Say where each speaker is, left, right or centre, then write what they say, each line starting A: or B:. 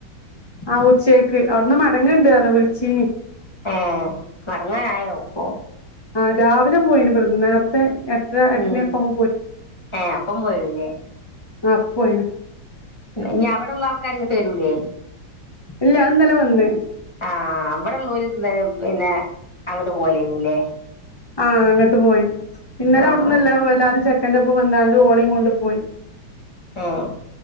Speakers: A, on the left; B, on the left.
A: ആഹ് ഉച്ചേക്ക് അവിടുന്ന് മടങ്ങ്ണ്ട് പറഞ്ഞു വിളിച്ചീനി
B: ഏഹ് മടങ്ങാനായോ ഇപ്പൊ?
A: ആഹ് രാവിലെ പോയിണ് ഇവട്ന്ന് നേരത്തെ എട്ടര എട്ട്
B: ഉം
A: മണിയൊക്കെ ആവുമ്പോ പോയിണ്
B: ഏഹ് അപ്പം പോയില്ലേ
A: ആഹ് അപ്പൊ പോയിണ്
B: ഇഞ്ഞ് അവിടെള്ള ആൾക്കാര് ഇങ്ങട്ട് വരൂലേ?
A: ഇല്ല അഹ് ഇന്നലെ വന്ന്
B: ആഹ് ഇബടെ ഇള്ളോല് ഇന്ന് പിന്നെ അങ്ങട്ട് പോവലേനിയില്ലേ?
A: ആഹ് അങ്ങോട്ട് പോയി ഇന്നലെ
B: ആഹ്
A: അവിടുന്ന്
B: ആഹ്
A: എല്ലാ എല്ലാരും ചെക്കന്റൊപ്പം വന്ന്ക്കാണ്ട് ഓളേം കൊണ്ട് പോയി
B: ആഹ്